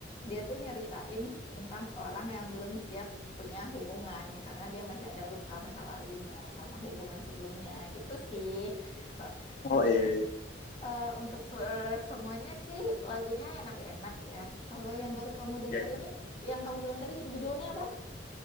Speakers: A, on the left; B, on the left.
A: dia tuh nyeritain tentang orang yang belum siap punya hubungan karena dia masih ada luka masa lalunya sama hubungan sebelumnya gitu sih. So, tapi
B: Oh eh
A: eh, untuk se- semuanya sih lagunya enak-enak ya. Kalau yang baru kamu denger
B: Ya,
A: ini, yang kamu bilang tadi judulnya apa?